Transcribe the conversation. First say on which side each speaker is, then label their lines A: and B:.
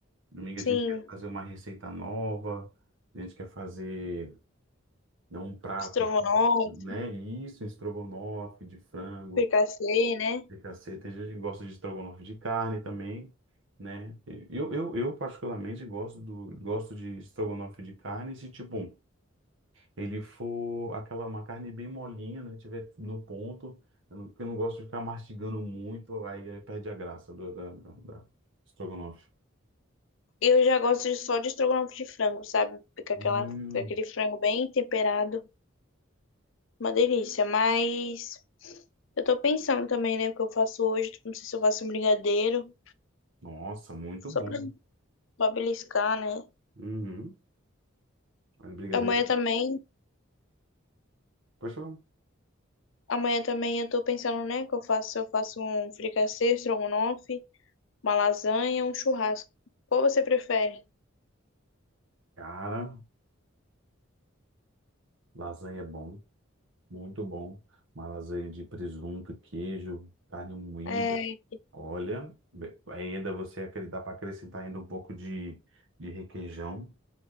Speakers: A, on the right (about 65°); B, on the left (about 65°).
A: Domingo
B: Sim,
A: a gente quer fazer uma receita nova, a gente quer fazer né, um prato,
B: estrogonofe.
A: assim, né? E Isso, um estrogonofe de frango,
B: Fricassê, né?
A: de caceta. Tem gente que gosta de estrogonofe de carne também, né? Eu, eu, eu particularmente gosto do, gosto de estrogonofe de carne se, tipo, ele for aquela, uma carne bem molinha, né? Tiver no ponto, eu não- porque eu não gosto de ficar mastigando muito, aí eh, perde a graça do, da, da, da estrogonofe.
B: Eu já gosto de- só de estrogonofe de frango, sabe? Fica
A: Hum,
B: aquela, fica aquele frango bem temperado, uma delícia. Mas eu tô pensando também, né? O que eu faço hoje, tipo, não sei se eu faço um brigadeiro,
A: nossa, muito
B: só
A: bom.
B: pra, pra beliscar, né?
A: Uhum. Olha, brigadeiro.
B: Amanhã
A: é bom.
B: também,
A: Pode falar.
B: amanhã também eu tô pensando, né? Que eu faço, se eu faço um fricassê, estrogonofe, uma lasanha, um churrasco. Qual você prefere?
A: Cara, lasanha é bom, muito bom. Uma lasanha de presunto, queijo, carne moída.
B: É,
A: Olha, be- ainda você acre- dá para acrescentar ainda um pouco de, de requeijão.